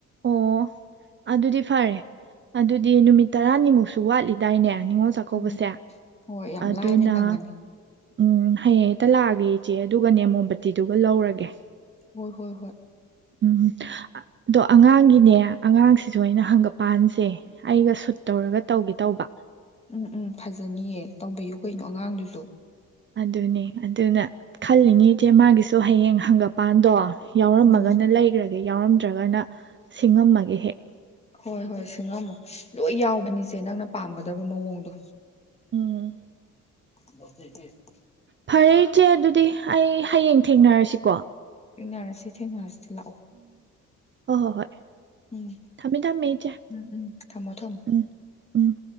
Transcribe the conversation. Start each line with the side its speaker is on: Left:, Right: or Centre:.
Right: ꯑꯣ ꯑꯗꯨꯗꯤ ꯐꯔꯦ ꯑꯗꯨꯗꯤ ꯅꯨꯃꯤꯠ ꯇꯔꯥꯅꯤꯃꯨꯛꯁꯨ ꯋꯥꯠꯂꯤꯗꯥꯏꯅꯦ ꯅꯤꯉꯣꯜ ꯆꯥꯛꯀꯧꯕꯁꯦ
Left: ꯎꯝ ꯍꯣꯏ ꯌꯥꯝ
Right: ꯑꯗꯨꯅ
Left: ꯂꯥꯏꯅ ꯅꯪꯉꯅꯤ
Right: ꯎꯝ ꯍꯌꯦꯡ ꯍꯦꯛꯇ ꯂꯥꯛꯑꯒꯦ ꯏꯆꯦ ꯑꯗꯨꯒ ꯅꯦ ꯃꯣꯝꯕꯇꯤꯗꯨꯒ ꯂꯧꯔꯒꯦ
Left: ꯍꯣꯏ ꯍꯣꯏ ꯍꯣꯏ
Right: ꯎꯝ ꯑꯗꯣ ꯑꯉꯥꯡꯒꯤꯅꯦ ꯑꯉꯥꯡꯁꯤꯁꯨ ꯑꯩꯅ ꯍꯪꯒꯄꯥꯟꯁꯦ ꯑꯩꯒ ꯁꯨꯠ ꯇꯧꯔꯒ ꯇꯧꯒꯦ ꯇꯧꯕ
Left: ꯎꯝ ꯎꯝ ꯐꯖꯅꯤꯌꯦ ꯇꯧꯕꯤꯌꯨ ꯀꯩꯅꯣ ꯑꯉꯥꯡꯗꯨꯁꯨ
Right: ꯑꯗꯨꯅꯦ ꯑꯗꯨꯅ ꯈꯜꯂꯤꯅꯤ ꯏꯆꯦ ꯃꯥꯒꯤꯁꯨ ꯍꯌꯦꯡ ꯍꯪꯒꯞ ꯃꯄꯥꯟꯗꯣ ꯌꯥꯎꯔꯝꯃꯒꯅ
Left: ꯎꯝ
Right: ꯂꯩꯈ꯭ꯔꯒꯦ ꯌꯥꯎꯔꯝꯗ꯭ꯔꯒꯅ ꯁꯤꯡꯉꯝꯃꯒꯦ ꯍꯦꯛ
Left: ꯍꯣꯏ ꯍꯣꯏ ꯁꯤꯡꯉꯝꯃꯨ ꯂꯣꯏ ꯌꯥꯎꯕꯅꯤꯁꯦ ꯅꯪꯅ ꯄꯥꯝꯒꯗ ꯗꯕ ꯃ‌ꯑꯣꯡꯗꯣ
Right: ꯎꯝ
Left: <unintelligible>
Right: ꯐꯔꯦ ꯏꯆꯦ ꯑꯗꯨꯗꯤ ꯑꯩ ꯍꯌꯦꯡ ꯊꯦꯡꯅꯔꯁꯤꯀꯣ
Left: ꯊꯦꯡꯅꯔꯁꯤ ꯊꯦꯡꯅꯔꯁꯤ ꯁꯤ ꯂꯥꯛꯑꯣ
Right: ꯍ ꯍꯣ ꯍꯣꯏ
Left: ꯎꯝ
Right: ꯊꯝꯃꯦ ꯊꯝꯃꯦ ꯏꯆꯦ
Left: ꯎꯝ ꯎꯝ ꯊꯝꯃꯣ ꯊꯝꯃꯣ
Right: ꯎꯝ ꯎꯝ